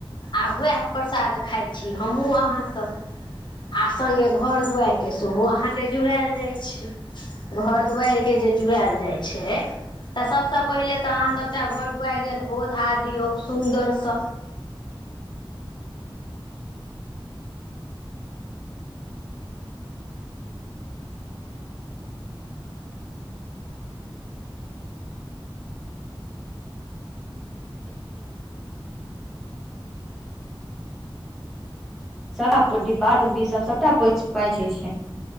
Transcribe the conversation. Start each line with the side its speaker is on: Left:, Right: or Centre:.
Left: आ उएह प्रसाद खाइ छी हमहुूँ अहाँसब। आ सङ्गे घर दुआारिक के सेहो अहाँके जुड़ायल जाइत छै। घर दुआरि केँ जे जुड़ायल जाइ छै तऽ सभसँ पहिनेे तऽ अहाँ सभटा घर दुआरिके धो- धा दियौ सुन्दरसँ।
Centre: सबटा डिब्बा- डुब्बी सब सबटा पोछ पाइछ होइ छै।